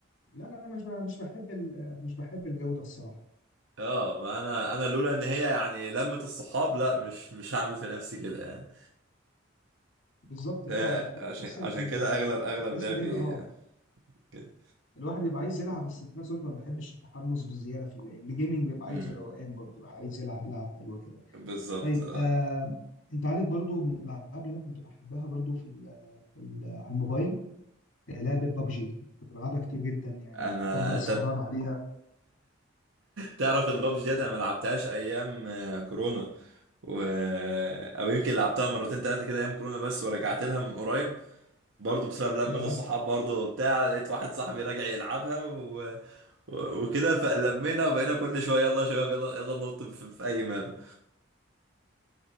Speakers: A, on the left (about 80°); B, on the right (about 75°).
A: لا لا انا مش ب- انا مش بحب ال... مش بحب الجو ده الصراحه
B: اه ما أنا أنا لولا إن هي يعني لمة الصحاب لا مش مش هعمل في نفسي كده يعني
A: بالظبط
B: فهي
A: اه هتح- هتحس
B: عشان
A: ال...
B: عشان
A: ال-
B: كده أغلب أغلب
A: هتحس
B: لعبي
A: ان هي اه
B: كده
A: الواحد بيبقى عايز يلعب بس في نفس الوقت ما بحبش التحمس بالزياده في ال- الجيمنج بيبقى عايز
B: امم
A: روقان برضه بيبقى عايز يلعب لعب حلوه كده
B: بالظبط
A: طيب
B: اه
A: آه انت عارف برضه من الالعاب اللي انا كنت بحبها برضه في ال في ال على الموبايل آه، لعبه بابجي كنت بلعبها كتير جدا يعني
B: انا
A: كنت افضل سهران
B: طب
A: عليها
B: تعرف ان بابجي ديت انا ما لعبتهاش ايام آه، كورونا و... آه، او يمكن لعبتها مرتين ثلاثه كده ايام كورونا بس ورجعت لها من قريب برضه بسبب لمة
A: يا
B: الصحاب برضه وبتاع لقيت واحد صاحبي راجع يلعبها و... و... وكده فلمينا وبقينا كل شويه يلا يا شباب يلا يلا ننط في, في اي ماب